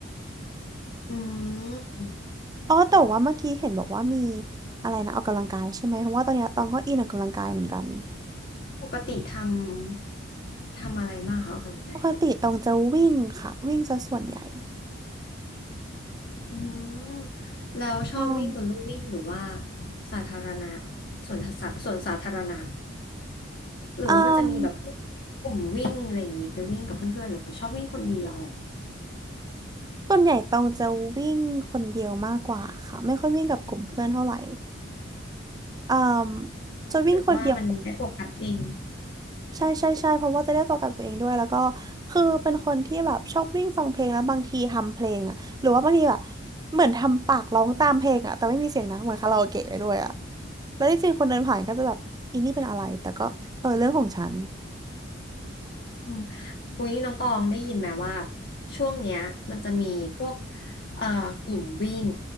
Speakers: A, on the left; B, on the right.
A: อืม
B: อ๋อแต่ว่าเมื่อกี้เห็นบอกว่ามีอะไรนะออกกำลังกายใช่ไหมเพราะว่าตอนเนี้ยตองก็อินออกกำลังกายเหมือนกัน
A: ปกติทำทำอะไรบ้างคะออกกำลังกาย
B: ปกติตองจะวิ่งค่ะวิ่งซะส่วนใหญ่
A: อืมแล้วชอบวิ่งบนลู่วิ่งหรือว่า
B: ใช่
A: สาธารณะสวนสาสวนสาธารณะหรือว่ามันจะมีแบบพวกกลุ่มวิ่งอะไรอย่างนี้ไปวิ่งกับเพื่อนๆหรือชอบวิ่งคนเดียว
B: อืมส่วนใหญ่ตองจะวิ่งคนเดียวมากกว่าค่ะไม่ค่อยวิ่งกับกลุ่มเพื่อนเท่าไหร่อืมจะวิ่งคนเดียว
A: รู้สึกว่ามันได้โฟกัสเอง
B: ใช่ใช่ใช่เพราะว่าจะได้โฟกัสตัวเองด้วยแล้วก็คือเป็นคนที่แบบชอบวิ่งฟังเพลงแล้วบางทีทำเพลงอ่ะหรือว่าบางทีแบบเหมือนทำปากร้องตามเพลงอ่ะแต่ไม่มีเสียงนะเหมือนคาราโอเกะไปด้วยอ่ะแล้วที่จริงคนเดินผ่านก็จะแบบอีนี่เป็นอะไรแต่ก็เออเรื่องของฉัน
A: อืมอุ้ยน้องตองได้ยินไหมว่าช่วงเนี้ยมันจะมีพวกเอ่อกลุ่มวิ่ง